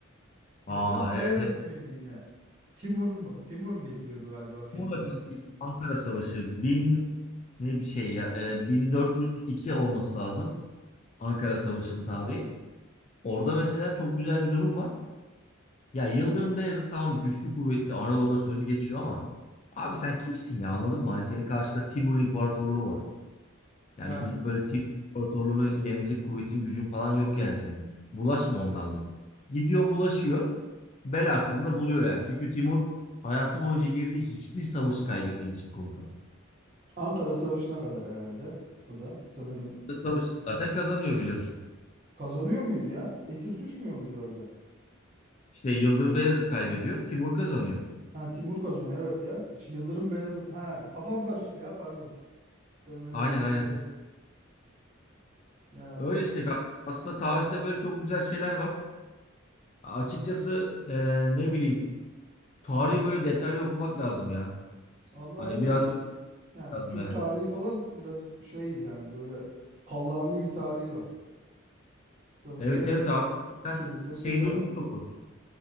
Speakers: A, on the right; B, on the left.
A: Yıldırım
B: Aa
A: Beyazıt
B: evet evet.
A: mıydı yine? Timur mu? Timur getiriyordu galiba filleri.
B: Muğla Kalkı- Ankara Savaşı bin ne bir şey ya e, 1402 olması lazım Ankara Savaşı'nın tarihi. Orada mesela çok güzel bir durum var. Ya Yıldırım Beyazıt tamam güçlü kuvvetli Anadolu'da sözü geçiyor ama abi sen kimsin ya anladın mı? Hani senin karşıda Timur İmparatorluğu var. Yani
A: Yani
B: gidip böyle Timur İmparatorluğunu yenecek kuvvetin gücün falan yok yani senin. Bulaşma onlarla. Gidiyor bulaşıyor. belasını da buluyor yani. Çünkü Timur hayatı boyunca girdiği hiçbir savaşı kaybetmemiş bir komutan.
A: Ankara Savaşı'na kadar herhalde. O da sanırım
B: Savaşı zaten kazanıyor biliyorsun.
A: kazanıyor muydu ya? Esir düşmüyor muydu orada?
B: İşte Yıldırım Beyazıt kaybediyor, Timur kazanıyor.
A: Ha Timur kazanıyor evet ya. Şu Yıldırım Beyazıt. Ha kafam karıştı ya pardon. Sen öyle
B: Aynen
A: deyince
B: aynen.
A: bir ya
B: Öyle işte galiba. aslında tarihte böyle çok güzel şeyler var. Açıkçası e, ne bileyim tarihi böyle detaylı okumak lazım ya.
A: Allah
B: Hani
A: öyle
B: biraz
A: biraz
B: böyle
A: yani
B: lazım
A: Türk
B: ya.
A: tarihi falan biraz şey yani böyle kallavi bir tarihi var. Sonuçta
B: Evet evet abi.
A: ikimiz
B: Mesela
A: de
B: Şey
A: Türk adı.
B: durumu çok hoş.